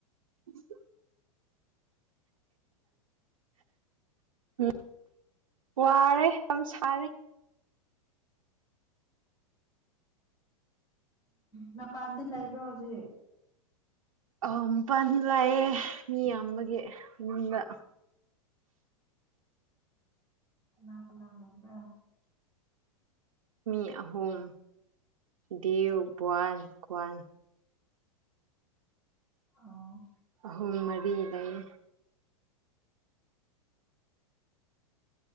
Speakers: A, on the right; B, on the left.
A: ꯎꯝ ꯎꯝ ꯋꯥꯔꯦ ꯌꯥꯝ ꯁꯥꯔꯦ
B: ꯎ ꯃꯥ ꯄꯥꯟꯗ ꯂꯩꯕ꯭ꯔꯣ ꯍꯧꯖꯤꯛ
A: ꯑꯧ ꯃꯄꯜꯗ ꯂꯥꯛꯑꯦ ꯃꯤ ꯌꯥꯝꯕꯒꯤ ꯌꯨꯝꯗ
B: ꯀꯅꯥ ꯀꯅꯥ ꯂꯩꯕꯔꯥ
A: ꯃꯤ ꯑꯍꯨꯝ ꯗꯦꯕ ꯕꯥꯟ ꯀ꯭ꯋꯥꯟ
B: ꯑꯣ
A: ꯎꯝ ꯃꯔꯤ ꯂꯩ